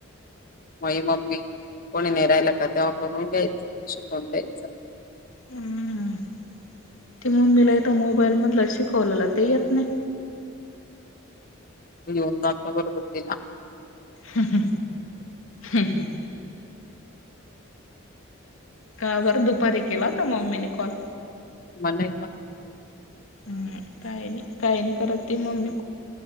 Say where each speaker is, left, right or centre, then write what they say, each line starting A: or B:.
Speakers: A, on the left; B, on the left.
A: मई मम्मी कोणी ने राहियला का तेव्हा करून घ्यायचं शिकवून द्यायचं
B: हम्म ते मग मीला इथ मोबाईल मधलं अशी कॉलला ते येत नाही
A: त येऊनातता बरोबरती ना
B: ह ह ह ह् हम का बर दुपारी केला तर मम्मीने कॉल
A: मला का
B: हम्म काही नाही काही नाही करत ते मम्मी